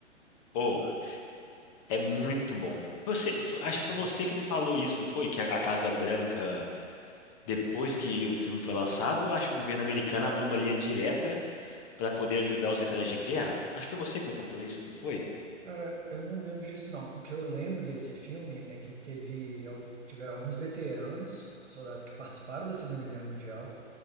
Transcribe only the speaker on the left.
oh,
é muito bom. Você, fo- acho
que
foi você
que me falou isso, não foi? Que a, a Casa Branca, depois que o filme foi lançado, acho que o governo americano abriu uma linha direta para poder ajudar os veteranos de guerra. Acho que foi você que me contou isso, não foi?